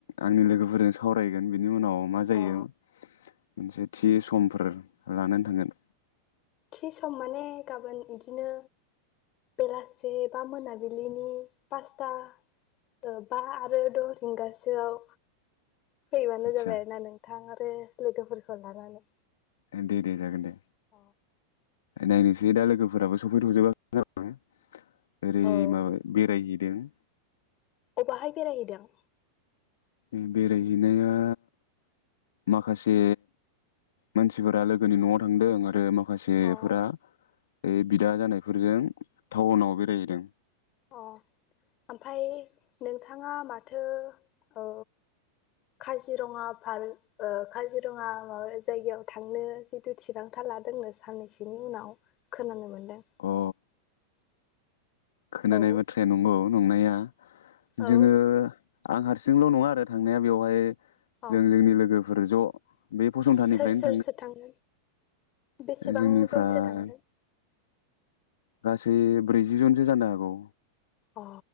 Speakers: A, on the left (about 60°); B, on the left (about 35°).
A: आंनि लोगोफोरजों सावरायगोन बिनि उनाव मा जायो
B: अ
A: मोनसे। थि समफोर लानानै थांगोन।
B: थि सम माने गाबोन इदिनो बेलासे बा मोनाबिलिनि पासता ओ बा आरो द' रिंगासोआव फैबानो
A: आदसा
B: जाबाय आरोना नोंथां आरो लोगोफोरखौ लानानै।
A: ओ दे दे जागोन दे।
B: अ
A: नायनोसै दा लोगोफोराबो सफैथजोबा <unintelligible> ओरै
B: औ
A: माबा बेरायहै <unintelligible>
B: अबहाय बेरायहैदों?
A: उम बेरायहैनाया माखासे मानसिफोरा लोगोनि न'आव थांदों आरो माखा मासेफोरा
B: अ
A: ए बिदा जानायफोरजों थाउनाव बेरायहैदों।
B: अ ओमफाय नोंथाङा माथो ओ खाजिरङा फार्क ओ खाजिरङा माबा जायगायाव थांनो जिथु थिरांथा लादोंनो साननैसोनि उनाव खोनानो मोन <unintelligible>
A: अ खोनानाय
B: औ
A: बाथ्राया नंगौ नंनाया
B: औ
A: जोङो आं हारसिंल' नङा आरो थांनाया बेवहाय।
B: अ
A: जों जोंनि लोगो ओरो ज। बे फसंथाननिफ्रायनो
B: सोर सोरसो थांगोन बेसेबां
A: जोंनिफ्राय
B: जनसो थांगोन?
A: गासै ब्रैजि जनजो जानो हागौ।
B: अ